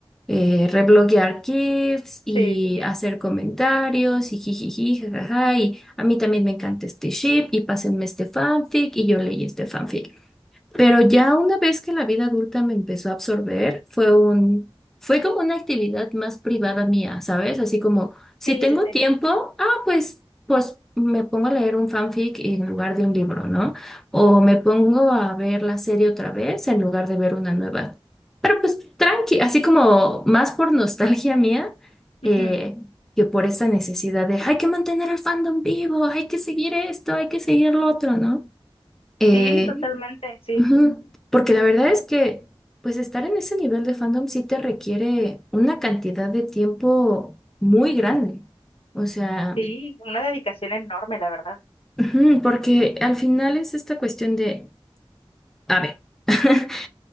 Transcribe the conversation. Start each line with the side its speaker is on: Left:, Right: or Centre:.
Centre: eh, rebloguear GIFs
Left: sí,
Centre: y
Left: sí,
Centre: hacer comentarios y jijiji, jajaja, y a mí también me encanta este ship y pásenme este fanfic y yo leí este fanfic. Pero ya una vez que la vida adulta me empezó a absorber, fue un, fue como una actividad más privada mía, ¿sabes? Así como, si
Left: sí,
Centre: tengo
Left: sí, sí, sí,
Centre: tiempo, ah, pues, pues me pongo a leer un fanfic en lugar de un libro, ¿no? O me pongo a ver la serie otra vez en lugar de ver una nueva. Pero pues tranqui, así como más por nostalgia mía, eh,
Left: ujú.
Centre: que por esa necesidad de, hay que mantener al fandom vivo, hay que seguir esto, hay que seguir lo otro, ¿no? Eh,
Left: Sí, totalmente, sí,
Centre: Ujú, Porque la verdad es que, pues estar en ese nivel de fandom sí te requiere una cantidad de tiempo muy grande. O sea,
Left: sí, una dedicación enorme, la verdad,
Centre: ujú, porque al final es esta cuestión de, a ver. <laughs>